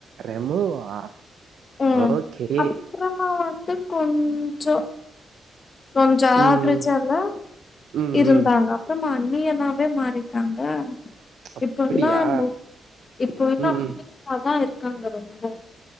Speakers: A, on the right; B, on the left.
A: ரெமோவா
B: ம்
A: ஓகே
B: அப்புறமா வந்து கொஞ் சோ கொஞ்சம்
A: ம்
B: ஆவரேஜாதா
A: ம்
B: இருந்தாங்க
A: ம்
B: சுத்தமா அண்ணியணாவே மாறிட்டாங்க
A: அப்டியா
B: இப்ப எல்லாம் மோஸ் இப்ப எல்லாம்
A: ம்
B: கண்ணிங்காதான்
A: ம்
B: இருக்காங்க ரொம்போ